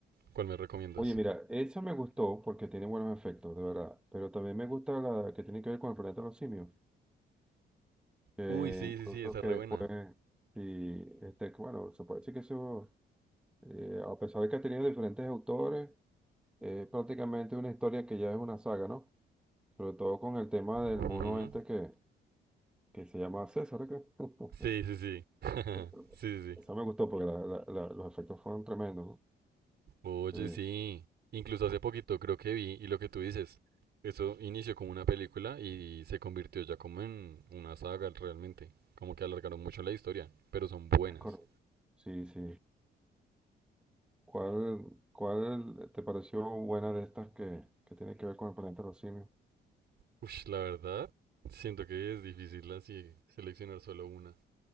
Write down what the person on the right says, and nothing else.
¿Cuál me recomiendas?
Uy, sí,
sí, sí, esa es
re
buena.
Ujú.
Sí, sí, sí. <laughs>
Sí, sí,
sí.
Oye,
sí. Incluso hace poquito creo que vi, y lo que tú dices, eso inició como una película y se convirtió ya como en una saga realmente. Como que alargaron mucho la historia, pero son buenas.
Uy, la verdad, siento que es difícil así seleccionar solo una.